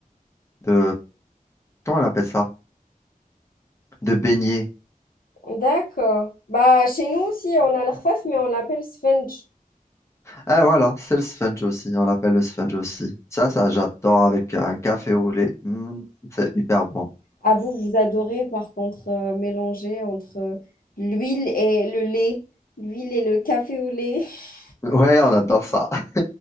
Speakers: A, on the left; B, on the left.
A: de... Comment on appelle ça? De beignet.
B: D'accord. Bah, chez nous aussi, on a l'rfaf, mais on l'appelle sponge.
A: Ah voilà, c'est le sponge aussi, on l'appelle le sponge aussi. Ça, ça, j'adore avec un café au lait. Mm, c'est hyper bon.
B: Ah, vous, vous adorez, par contre, euh, mélanger entre euh, l'huile et le lait. L'huile et le café au lait. <laughs>
A: Ouais, on adore ça. <laughs>